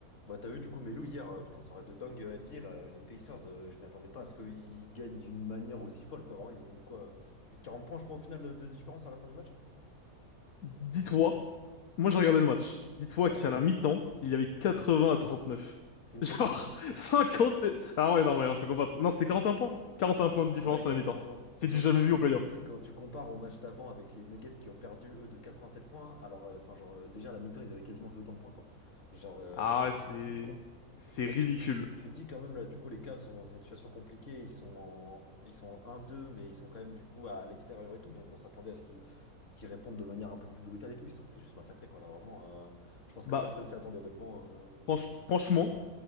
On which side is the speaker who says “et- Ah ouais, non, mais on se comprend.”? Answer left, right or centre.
Left